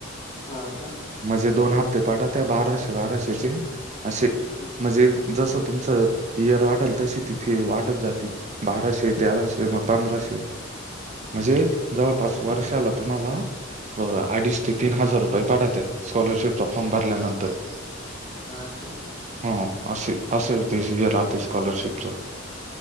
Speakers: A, on the left (about 20°); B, on the right (about 35°).
A: हा का?
B: म्हणजे दोन हप्ते पडात्या बाराशे बाराशेचे असे.
A: हं,
B: म्हणजे जसं तुमचं ईयर वाढल तशी ती फी वाढत जाती. बाराशे तेराशे मग पंधराशे. म्हणजे जवळपास वर्षाला तुम्हाला अडीच ते तीन हजार रुपये पाठते स्कॉलरशिपचा फॉर्म भरल्यानंतर.
A: हाय का?
B: ह असे असे <unintelligible> राहते स्कॉलरशिपचा.